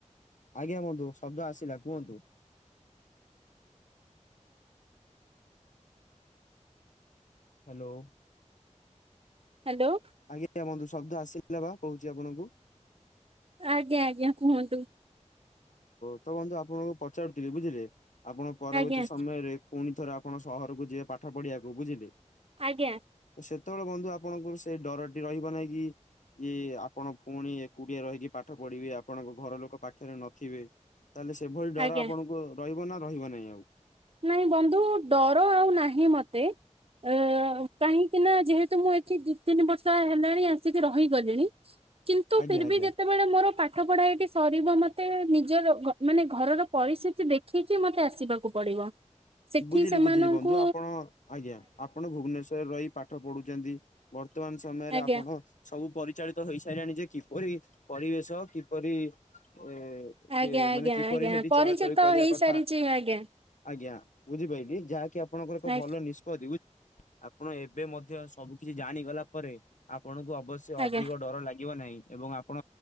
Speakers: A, on the left; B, on the right.
A: ଆଜ୍ଞା ବନ୍ଧୁ ଶବ୍ଦ ଆସିଲା କୁହନ୍ତୁ? ହ୍ୟାଲୋ।
B: ହ୍ୟାଲୋ।
A: ଆଜ୍ଞା ବନ୍ଧୁ ଶବ୍ଦ ଆସିଲା ବା କହୁଛି ଆପଣଙ୍କୁ?
B: ଆଜ୍ଞା ଆଜ୍ଞା କୁହନ୍ତୁ?
A: ତ ବନ୍ଧୁ ଆପଣଙ୍କୁ ପଚାରୁଥିଲି ବୁଝିଲେ ଆପଣ ପରବର୍ତ୍ତୀ
B: ଆଜ୍ଞା
A: ସମୟରେ। ପୁଣିଥରେ ଆପଣ ସହରକୁ ଯିବେ ପାଠ ପଢିବାକୁ ବୁଝିଲେ?
B: ଆଜ୍ଞା।
A: ତ ସେତେବେଳେ ବନ୍ଧୁ ଆପଣଙ୍କୁ ସେଇ ଡରଟି ରହିବ ନାଇଁ କି? କି ଆପଣ ପୁଣି ଏକୁଟିଆ ରହିକି ପାଠ ପଢିବେ ଆପଣଙ୍କ ଘର ଲୋକ ପାଠ ଏଥରେ ନଥିବେ ତାହେଲେ ସେଭଳି ଡର
B: ଆଜ୍ଞା
A: ଆପଣଙ୍କୁ ରହିବ ନା ରହିବ ନାହିଁ ଆଉ?
B: ନାଇଁ ବନ୍ଧୁ ଡର ଆଉ ନାହିଁ ମତେ। ଅ କାହିଁକି ନା ଯେହେତୁ ମୁଁ ଏଠି ଦି ତିନି ବର୍ଷ ହେଲାଣି ଆସିକି ରହିଗଲିଣି। କିନ୍ତୁ
A: ଆଜ୍ଞା
B: ଫ- ରି-ବି
A: ଆଜ୍ଞା।
B: ଯେତେ ସେତେବେଳେ ମୋର ପାଠ ପଢା ଏଟି ସରିବ ମତେ ନିଜର ମାନେ ଘରର ପରିସ୍ଥିତି ଦେଖ ଦେଖିକି ମତେ ଆସିବାକୁ ପଡିବ। ସେଠି
A: ବୁଝିଲି
B: ସେମାନଙ୍କୁ
A: ବୁଝିଲି ବନ୍ଧୁ ଆପଣ ଆଜ୍ଞା ଆପଣ ଭୁବନେଶ୍ଵରରେ ରହି ପାଠ ପଢୁଚନ୍ତି। ବର୍ତ୍ତମାନ ସମୟରେ
B: ଆଜ୍ଞା
A: ଆପଣ। ସବୁ ପରିଚାଳିତ ହେଇସାଇଲାଣି ଯେ କିପରି ପରିବେଶ କିପରି ଏ
B: ଆଜ୍ଞା
A: କି ମାନେ
B: ଆଜ୍ଞା
A: କିପରି
B: ଆଜ୍ଞା
A: ସେଇଠି
B: ପରିଚିତ
A: ଚଳାଚଳି କରିବା
B: ହେଇସାରିଛି
A: କଥା
B: ଆଜ୍ଞା।
A: ଆଜ୍ଞା ବୁଝି ପାଇଲି ଯାହାକି ଆପଣଙ୍କର ଏକ
B: ଆ
A: ଭଲ ନିଷ୍ପତି ଆପଣ ଏବେ ମଧ୍ୟ ସବୁ କିଛି ଜାଣିଗଲା ପରେ ଆପଣଙ୍କୁ ଅବଶ୍ୟ ସେ ଅଧିକ
B: ଆଜ୍ଞା
A: ଡର ଲାଗିବ ନାହିଁ ଏବଂ ଆପଣ